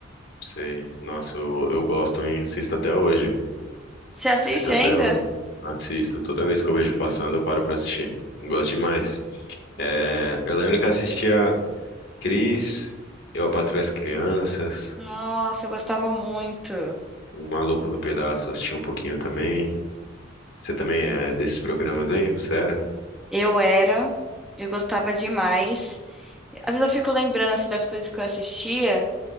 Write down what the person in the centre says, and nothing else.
Você assiste
ainda?
Nossa, eu gostava muito.
Eu era, eu gostava demais. Às vezes eu fico lembrando assim das coisas que eu assistia.